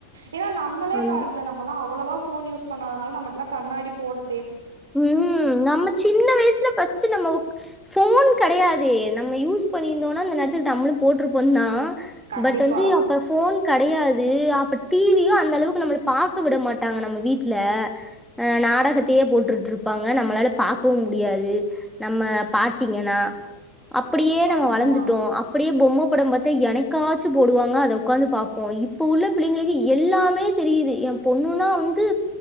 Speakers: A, on the right; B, in the centre.
A: ஏன்னா நம்மளே
B: அந்
A: பாருங்களே நம்மல்லா அவ் அவ்வளவா ஃபோன் யூஸ் பண்ணாதனால நம்மயெல்லாம் கண்ணாடி போடு
B: உம் நம்ம சின்ன வய்சுல ஃபர்ஸ்ட்டு நம்ம போன் கெடையாதே நம்ம யூஸ் பண்ணியிருந்தோனா அந்த நேரத்துக்கு நம்முளும் போட்ருப்போம்தா
A: கண்டிப்பா
B: பட் வந்து அப்ப ஃபோன் கெடையாது. அப்ப டிவியும் அந்தளவுக்கு நம்மள பாக்க விட மாட்டாங்க நம்ம வீட்டுல ஹ நாடகத்தையே போட்ரு இருப்பாங்க நம்மளால பாக்கவும் முடியாது நம்ம பாத்தீங்கன்னா அப்படியே நம்ம
A: ஆமா
B: வளர்ந்துட்டோம் அப்படியே போ பொம்ம படம் பாத்தா எனைக்காச்சும் போடுவாங்க. அத உக்காந்து பாப்போம் இப்ப உள்ள பிள்ளைங்களுக்கு எல்லாமே தெரியுது எம் பொண்ணுனா வந்து